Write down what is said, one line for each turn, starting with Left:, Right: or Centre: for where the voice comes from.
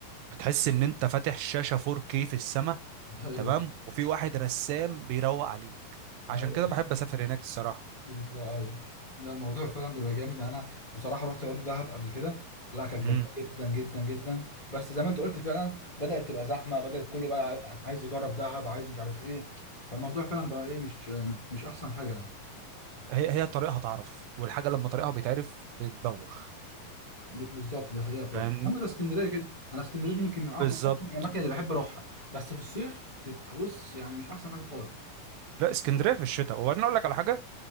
Right: بتحس ان انت فاتح شاشه 4K في السماء
Left: <laughs> ايوه
Right: تمام وفي واحد رسام بيروق عليك
Left: ايوه
Right: عشان كده بحب اسافر هناك الصراحه
Left: ازاي يعني الموضوع فعلا بيبقى جامد يعني انا بصراحه رحت برضو دهب قبل كده لا كانت
Right: امم
Left: جميله جدا جدا جدا بس زي ما انت قلت فعلا بدات تبقى زحمه بدات كله بقى ع- عايز يجرب دهب عايز مش عارف ايه فالموضوع فعلا بقى ايه مش مش احسن حاجه يعني
Right: هي هي طريقها تعرف والحاجه لما طريقها بيتعرف بتبوخ
Left: دي- بالظبط دي حقيقه فعلا
Right: فاهمني
Left: اما زي اسكندريه كده انا اسكندريه دي يمكن من أ- من
Right: بالظبط
Left: اكتر الاماكن اللي بحب اروحها بس في الصيف تبقى بص يعني مش احسن حاجه خالص
Right: لا اسكندريه في الشتاء وبعدين اقول لك على حاجه